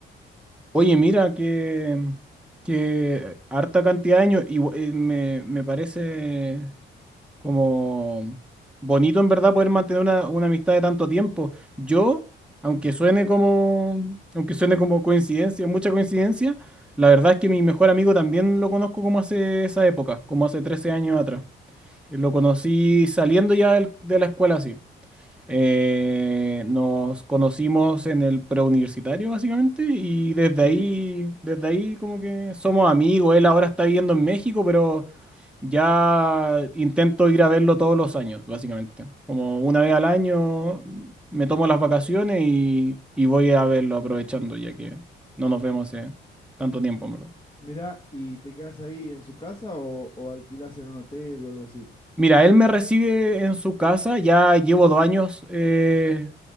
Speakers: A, in the centre; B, on the left.
A: Oye, mira, que, que harta cantidad de años, y, eh, me, me parece Como bonito en verdad poder mantener una, una amistad de tanto tiempo. Yo, aunque suene como, aunque suene como coincidencia, mucha coincidencia, la verdad es que mi mejor amigo también lo conozco como hace esa época, como hace 13 años atrás. Eh, Lo conocí saliendo ya del- de la escuela así. Eh, nos conocimos en el preuniversitario básicamente y desde
B: Sí.
A: ahí, desde ahí como que somos amigos. Él ahora está viviendo en México, pero ya intento ir a verlo todos los años, básicamente. Como una vez al año me tomo las vacaciones y, y voy a verlo aprovechando, ya que no nos vemos hace tanto tiempo, en verdad.
B: Mirá, ¿y te quedas ahí en su casa o, o alquilás en un hotel o algo así?
A: Mira, él me recibe en su casa, ya llevo dos años, eh,